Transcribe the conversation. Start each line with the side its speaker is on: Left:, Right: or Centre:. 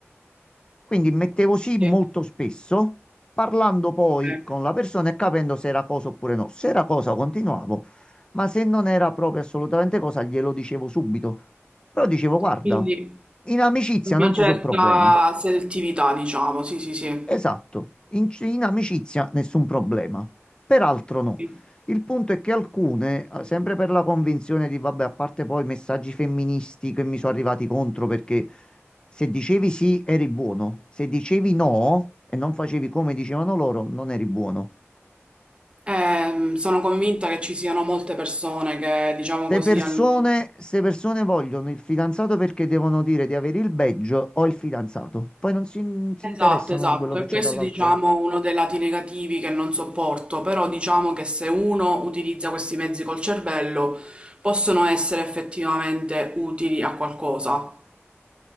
Left: Quindi mettevo sì molto
Right: sì,
Left: spesso, parlando poi
Right: sì.
Left: con la persona e capendo se era cosa oppure no. Se era cosa continuavo, ma se non era proprio assolutamente cosa glielo dicevo subito. Però dicevo, guarda,
Right: Quindi
Left: in amicizia
Right: una
Left: non ci
Right: certa
Left: sono problemi.
Right: selettività, diciamo, sì, sì, sì.
Left: Esatto, in, in amicizia nessun problema, peraltro no.
Right: Sì.
Left: Il punto è che alcune, eh, sempre per la convinzione di, vabbè, a parte poi messaggi femministi che mi sono arrivati contro perché se dicevi sì eri buono, se dicevi no e non facevi come dicevano loro, non eri buono.
Right: Ehm, sono convinta che ci siano molte persone che, diciamo
Left: Ste
Right: così,
Left: persone,
Right: hanno...
Left: ste persone vogliono il fidanzato perché devono dire di avere il badge o il fidanzato, poi non si, si
Right: Esatto,
Left: interessano
Right: esatto,
Left: di quello che
Right: e
Left: c'è
Right: questo
Left: dall'altro
Right: è, diciamo,
Left: lato.
Right: uno dei lati negativi che non sopporto, però diciamo che se uno utilizza questi mezzi col cervello, possono essere effettivamente utili a qualcosa.